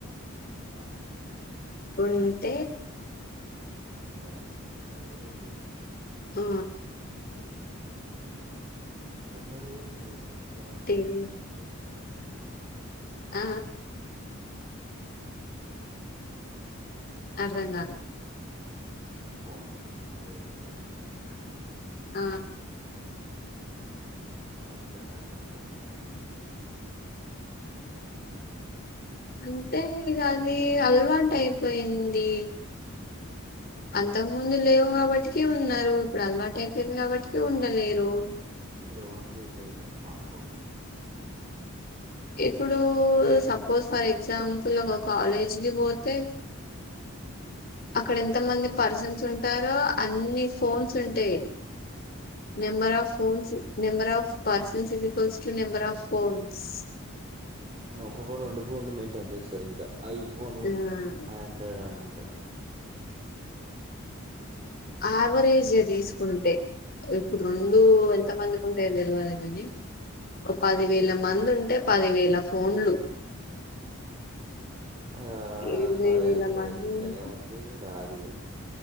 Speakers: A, on the right; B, on the left.
A: ఆ
B: కుంట
A: ఉంటావా లేకపోతేది
B: ఆ
A: కొందరు స
B: టీవీ
A: తార ఫోన్ ఆ
B: ఆ అరదంగా
A: ఫోన్ లేకుండా సర్వైవ్తురుగా కొందరు
B: ఆ
A: వాళ్ళ ఇట్లా సాధ్య అదంట
B: అంతే ఇ అది అల్వాట్ అయిపోయింది అంతకు ముందు లేవు కాబట్టిక ఉన్నారు ఇప్పుడు అల్వాటు అయిపోయింది కాబట్టిక ఉండలేరు
A: ఇప్పుడు ఓన్ చేయట్లే చ స్మార్ట్ ఫోన్
B: ఇప్పుడు సపోజ్ ఫర్ ఎగ్జాంపుల్ ఒక కాలేజీ కి పోతే అక్కడ ఎంత మంది పర్సన్స్ ఉంటారో అన్ని ఫోన్స్ ఉంటాయి number of phones number of persons is equals to number of phones
A: క్కొక్క రెండు ఫోన్లు మెయింటైన్ చేస్తారు ఇంకా ఐఫోను
B: మ్
A: ఆండ్రాయిడ్ అనుకుంటు అ
B: ఆ యావరేజే తీసుకుంటే ఇప్పుడు రెండు ఎంత మంది ంటా తెలివదు కాని ఒక పది వేల మంది ఉంటే పది వేల ఫోన్లు
A: ఆ
B: ఇరవై
A: కడ
B: వేల
A: కడ
B: మంది
A: సిగ్నలే
B: ఉంటే
A: మత్త రాదుగా